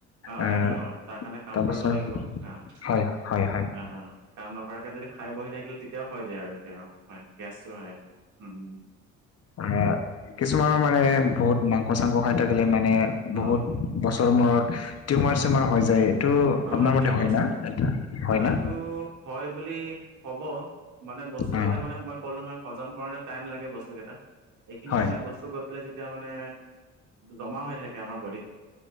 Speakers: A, on the right; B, on the left.
A: অ
B: আহ
A: হয়টো অ তাৰ কাৰণে কাম
B: তাৰপাছত
A: কৰিব লাগিব, অ,
B: হয় হয় হয়
A: অ অ। কাম নকৰাকে যদি খাই বহি থাকিল তেতিয়াও হৈ যায় আৰু এতিয়া হয় গেছো হয়, উম।
B: হা, কিছুমানৰ মানে বহুত মাংস - চাংস খাই থাকিলে মানে
A: উম
B: বহুত
A: উম
B: বছৰ মূৰত টিউমাৰ - চিউমাৰ হৈ যায়। এইটো আপোনাৰ
A: অ
B: মতে
A: টিউমাৰ্চ
B: হয় না
A: অ,
B: এটা হয় না
A: এইটো হয় বুলি কব মানে বস্তু
B: অ
A: কেইটা মানে মই ক'লো নহয়, হজম কৰোতে টাইম লাগে বস্তুকেইটা, এইখিনি
B: হয়
A: মানে বস্তু বিলাক যেতিয়া মানে জমা হৈ থাকে আমাৰ বডিত